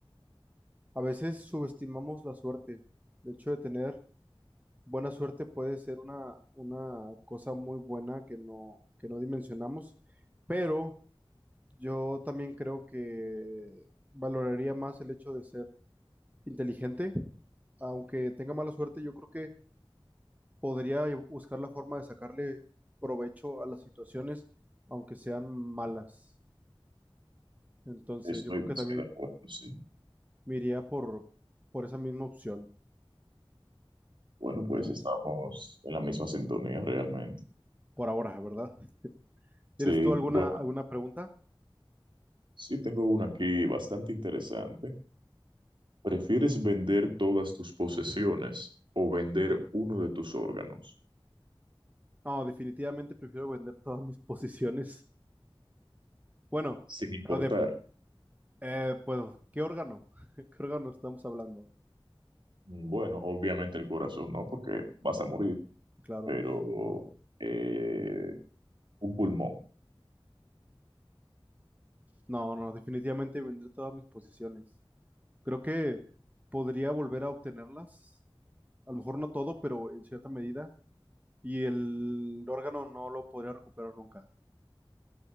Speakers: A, on the right; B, on the right.
A: a veces subestimamos la suerte. De hecho, de tener buena suerte puede ser una, una cosa muy buena que no, que no dimensionamos. Pero yo también creo que valoraría más el hecho de ser inteligente. Aunque tenga mala suerte, yo creo que podría buscar la forma de sacarle provecho a las situaciones, aunque sean malas. Entonces,
B: Estoy
A: yo creo
B: más
A: que también
B: que de acuerdo, sí.
A: me iría por, por esa misma opción.
B: Bueno,
A: Entonces,
B: pues estamos en la misma sintonía realmente.
A: por ahora, ¿verdad? <laughs>
B: Sí,
A: ¿Tienes tú alguna,
B: bueno,
A: alguna pregunta?
B: sí tengo una aquí bastante interesante. ¿Prefieres vender todas tus posesiones o vender uno de tus órganos?
A: No, definitivamente prefiero vender todas mis <laughs> posiciones. Bueno,
B: Sin importar.
A: o de, eh, pues, ¿qué órgano? <laughs> ¿Qué órgano estamos hablando?
B: Mm, Bueno, obviamente el corazón, ¿no? Porque vas a morir,
A: Claro.
B: pero eh, un pulmón.
A: No, no, definitivamente vender todas mis posiciones. Creo que podría volver a obtenerlas a lo mejor no todo, pero en cierta medida, y el órgano no lo podría recuperar nunca.